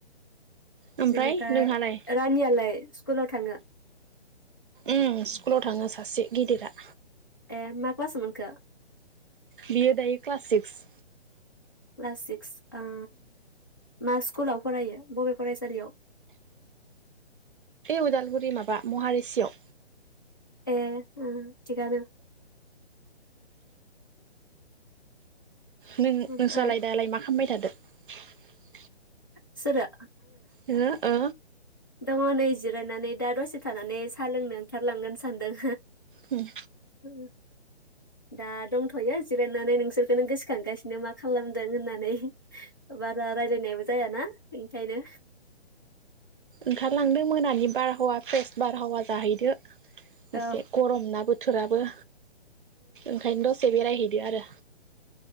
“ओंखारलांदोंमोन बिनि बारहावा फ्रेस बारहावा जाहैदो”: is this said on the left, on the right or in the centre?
Right